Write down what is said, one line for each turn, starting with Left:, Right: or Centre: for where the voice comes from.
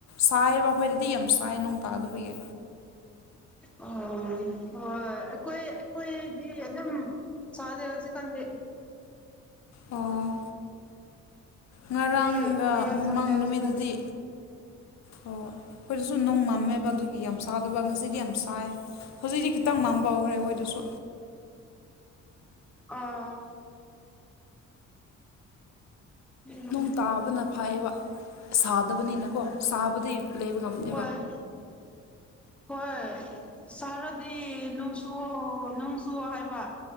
Left: ꯁꯥꯏꯌꯦꯕ ꯑꯩꯈꯣꯏꯗꯗꯤ ꯌꯥꯝ ꯁꯥꯏ ꯅ‌ꯣꯡ ꯇꯥꯗꯕꯒꯤ
Centre: ꯑꯣ ꯍꯣꯏ ꯑꯩꯈꯣꯏ ꯑꯩꯈꯣꯏꯗꯤ ꯑꯗꯨꯝ ꯁꯥꯗꯦ ꯍꯧꯖꯤꯛꯀꯥꯟꯗꯤ
Left: ꯑꯣ ꯉꯔꯥꯡꯒ
Centre: ꯃꯤ ꯀꯌꯥ
Left: ꯃꯃꯥꯡ
Centre: ꯆꯥꯗꯦ ꯍꯧꯖꯤꯛꯀꯥꯟ
Left: ꯅꯨꯃꯤꯠꯇꯨꯗꯤ ꯑꯣ ꯑꯈ‌ꯣꯏꯗꯁꯨ ꯅꯨꯡ ꯃꯝꯃꯦꯕ ꯑꯗꯨꯒꯤ ꯌꯥꯝ ꯁꯥꯗꯕ ꯉꯁꯤꯗꯤ ꯌꯥꯝ ꯁꯥꯏ ꯍꯧꯖꯤꯛꯇꯤ ꯈꯤꯇꯪ ꯃꯝꯕ ꯍꯧꯈ꯭ꯔꯦ ꯑꯩꯈꯣꯏꯗꯁꯨ
Centre: ꯑꯥ ꯎꯝ
Left: ꯅꯣꯡ ꯇꯥꯕꯅ ꯐꯌꯦꯕ ꯁꯥꯗꯕꯅꯤꯅꯀꯣ ꯁꯥꯕꯗꯤ ꯂꯩꯕ ꯉꯝ
Centre: ꯍꯣꯏ ꯍꯣꯏ ꯁꯥꯔꯗꯤ ꯅꯨꯡꯁꯨ ꯅꯨꯡꯁꯨ ꯍꯥꯏꯕ